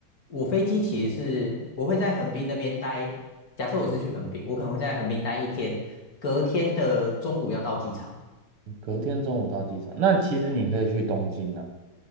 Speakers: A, on the left; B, on the right.
A: 我飞机其实是我会在横滨那边待。假设我是去横滨，我可能会在横滨待一天，隔天的中午要到机场，
B: 隔天中午到机场，那其实你可以去东京啊。